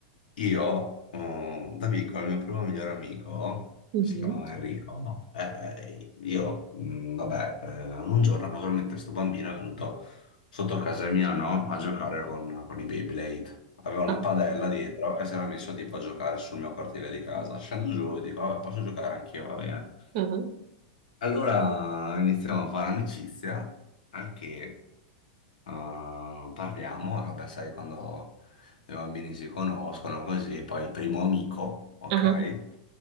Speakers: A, on the left (about 90°); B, on the right (about 50°).
A: io, mm, da piccolo, il mio primo migliore amico,
B: Mhm.
A: si chiamava Enrico, no? Eh, eh, io, mm, vabbè, eh, un giorno casualmente sto bambino è venuto sotto casa mia, no? A giocare con, con i Beyblade. Aveva una
B: Ah,
A: padella dietro e si era messo tipo a giocare sul mio cortile di casa. Scendo giù e dico, vabbè, posso giocare anch'io, va bene.
B: ah,
A: Allora iniziamo a fare amicizia, al che Uh, parliamo, e vabbè, sai, quando i bambini si conoscono così, poi il primo amico, ok?
B: ah.